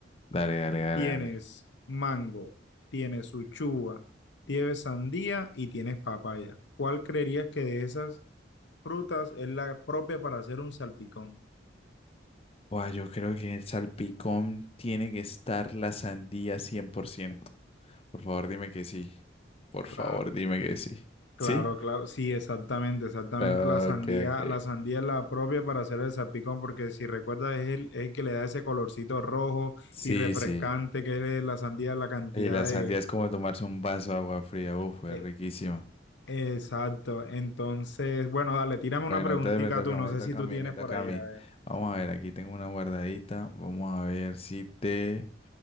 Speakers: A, on the left; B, on the left.
A: Dale, dale, dale,
B: Tienes
A: dale.
B: mango, tienes uchuva, tienes sandía y tienes papaya. ¿Cuál creerías que de esas frutas es la propia para hacer un salpicón?
A: Buah, yo creo que en el salpicón tiene que estar la sandía 100%. Por ciento. Por favor, dime que sí. Por
B: Claro.
A: favor, dime que sí.
B: Claro,
A: ¿Sí?
B: claro, sí, exactamente, exactamente.
A: Ok,
B: La sandía,
A: ok.
B: la sandía es la propia para hacer el salpicón, porque si recuerdas es el, es el que le da ese colorcito rojo
A: Sí,
B: y refrescante
A: sí.
B: que es la sandía, la cantidad
A: Y la
B: de...
A: sandía es como tomarse un vaso de agua fría. Uf, es
B: eh,
A: riquísima.
B: exacto. Entonces, bueno, dale, tírame una
A: Bueno,
B: preguntita
A: entonces me toca,
B: tú, no
A: me
B: sé
A: toca
B: si tú
A: a mí,
B: tienes
A: me toca
B: por ahí,
A: a mí.
B: a ver.
A: Vamos
B: Sí,
A: a ver, aquí tengo una guardadita. Vamos a ver si te